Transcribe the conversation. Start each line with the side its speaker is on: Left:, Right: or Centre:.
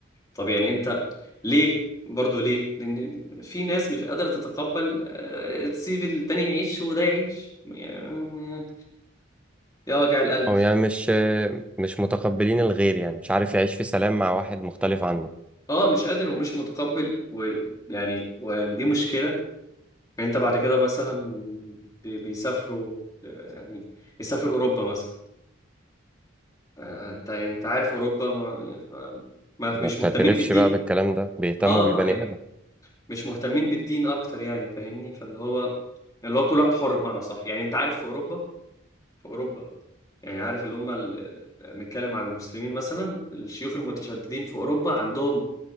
Left: طب يعني انت ليه برضه ليه لان في ناس مش قادره تتقبل آه، تسيب التاني يعيش وده يعيش يعني- آه، يا وجع القلب
Centre: هو يعني مش مش متقبلين الغير يعني مش عارف يعيش في سلام مع واحد مختلف عنه
Left: اه مش قادر ومش متقبل ويعني ويعني دي مشكله يعني انت بعد كده مثلا بي- بيسافروا آه، يعني يسافر اوروبا مثلا آه، انت يعني انت عارف اوروبا ما, ما
Centre: ما
Left: مش
Centre: بتعترفش
Left: مهتمين بالدين
Centre: بقى بالكلام ده بيهتموا
Left: اه
Centre: بالبني
Left: ما يعني
Centre: آدم
Left: مش مهتمين بالدين اكتر يعني فاهمني فاللي هو اللي هو كل واحد حر بمعنى صح يعني انت عارف في اوروبا في اوروبا يعني عارف اللي هم ال- آه، نتكلم عن المسلمين مثلا الشيوخ المتشددين في أوروبا عندهم